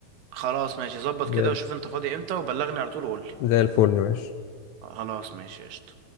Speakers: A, on the right; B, on the left.
A: خلاص ماشي ظبط
B: زي
A: كده وشوف أنت فاضي إمتى وبلغني على طول وقولي
B: زي الفل ماشي
A: خلاص ماشي قشطة